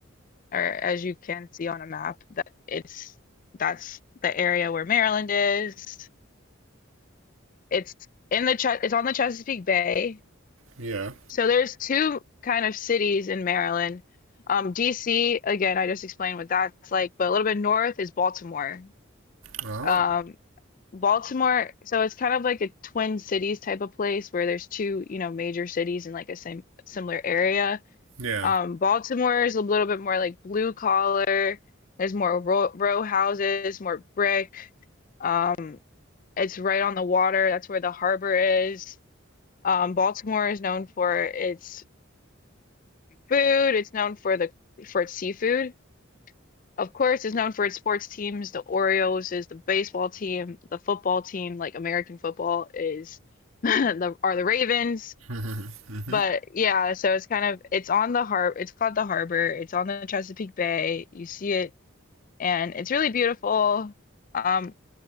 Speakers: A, on the left; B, on the right.
A: or as you can see on a map, that it's that's the area where Maryland is. It's in the Ches- it's on the Chesapeake Bay.
B: Yeah.
A: So there's two kind of cities in Maryland. Um, DC, again, I just explained what that's like, but a little bit north is Baltimore.
B: Oh.
A: Um, Baltimore, so it's kind of like a twin cities type of place where there's two, you know, major cities in like a same similar area.
B: Yeah.
A: Um, Baltimore is a little bit more like blue collar. There's more row, row houses, more brick. Um, it's right on the water. That's where the harbor is. Um, Baltimore is known for its food. It's known for the for its seafood. Of course, it's known for its sports teams. The Orioles is the baseball team. The football team, like American football, is <laughs> the are the Ravens.
B: hmm hmm
A: But yeah, so it's kind of it's on the har it's called the harbor. It's on the Chesapeake Bay. You see it and it's really beautiful. Um,